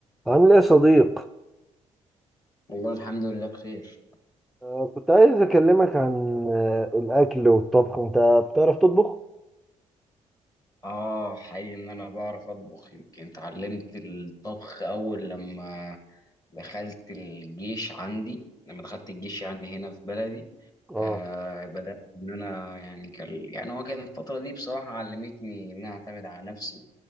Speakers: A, in the centre; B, on the left.
A: عامل ايه يا صديق؟
B: والله الحمد لله بخير
A: آه كنت عايز اكلمك عن آه الاكل والطبخ انت بتعرف تطبخ؟
B: اه حقيقي ان انا بعرف اطبخ يمكن اتعلمت الطبخ اول لما دخلت الجيش عندي لما دخلت الجيش يعني هنا في بلدي
A: اه
B: آه بدأت ان انا يعني كان يعني هو كان الفترة دي بصراحة علمتني ان انا اعتمد على نفسي